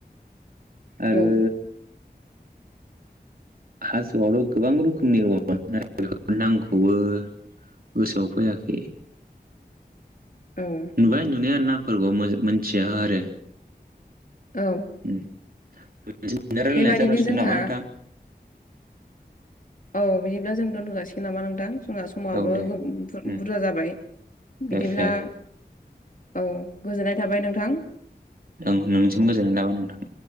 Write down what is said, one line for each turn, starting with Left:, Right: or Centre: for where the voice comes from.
Right: आरो
Left: औ
Right: हाजोआवथ' गोबां रोखोमनि मोनो नागिरो <inaudible> नामखौबो गोसोआव फैयाब।
Left: ओं।
Right: नुबाय नुनाया नामफोरखौ मोनथिया आरो।
Left: औ।
Right: उम <unintelligible> दा रायलायनाया
Left: बेबादिनो
Right: जाथसिगोन
Left: जोंहा
Right: नामा नोंथां।
Left: औ बिदिब्ला जों दोनथ जासिगोन नामा नोंथां। जोंना समाबो
Right: औ दे
Left: बुर
Right: उम
Left: बुरजा जाबाय बिदिब्ला
Right: ए ए
Left: औ गोजोननाय थाबाय नोंथां।
Right: नों नोंनिसिम गोजोननाय थाबाय नोंथां।